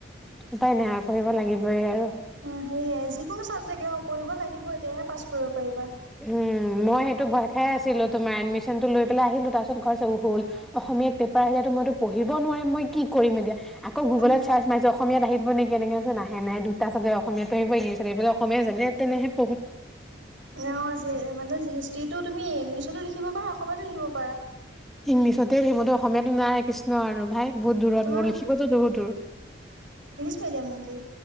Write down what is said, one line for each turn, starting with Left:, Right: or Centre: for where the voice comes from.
Centre: উপায় নাই আৰু, পঢ়িব লাগিবই আৰু
Right: অ সেয়াই, যিকোনো ছাবজেক্টে হওক, পঢ়িব লাগিবই, তেতিয়াহে পাছ কৰিব পাৰিবা।
Centre: উম, মই সেইটো ভয় খাই আছিলোঁ, তোমাৰ এডমিচনটো লৈ পেলাই আহিলোঁ, তাৰ পিছত ঘৰ <unintelligible> অ', হ'ল, অসমীয়াত পেপাৰ আহিলেতো মইতো পঢ়িব নোৱাৰিম, মই কি কৰিম এতিয়া, আকৌ গুগলত
Right: উম
Centre: চাৰ্চছাৰছ মাৰিছো, অসমীয়াত আহিব নেকি, এনেকৈছে নাহে, নাই দুটা ছাবজক্ট অসমীয়াত আহিব, ইংলিছত আহিব অসমীয়া যেনে তেনে <inaudible>
Right: অ', যি মানে হিষ্ট্ৰিটো, তুমি ইংলিছতো লিখিব, পাৰা অসমতো লিখিব পাৰা।
Centre: ইংলিছতে থাকিব, সেইটো অসমীয়াতটো নাই কৃষ্ণ আৰু ভাই। বহুত দূৰত
Right: তোমাৰ
Centre: মোৰ, লিখিবতো বহুত দূৰ।
Right: দিয়াম নেকি।